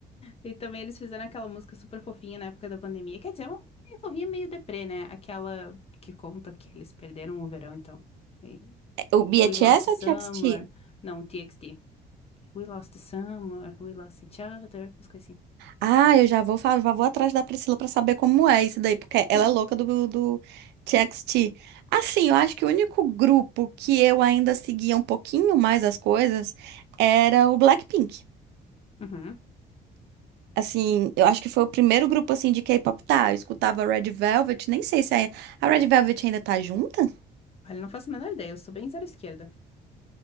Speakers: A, on the left; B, on the right.
A: E também eles fizeram aquela música super fofinha na época da pandemia. Quer dizer, uma meio fofinha, meio deprê, né? Aquela que conta que eles perderam o verão, então. E-
B: É, O BTS
A: We lost the
B: ou
A: summer.
B: o TXT?
A: Não, TXT. We lost the summer, we lost each other. Umas coisas assim.
B: Ah, eu já vou, fa- já vou atrás da Priscila pra saber como é isso daí, porque ela
A: Hum,
B: é louca do, do TXT. Assim, eu acho que o único grupo que eu ainda seguia um pouquinho mais as coisas era o Blackpink.
A: uhum.
B: Assim, eu acho que foi o primeiro grupo assim de K-pop, tá? Eu escutava Red Velvet, nem sei se é... a Red Velvet ainda tá junta.
A: Olha, não faço a menor ideia, eu sou bem zero esquerda.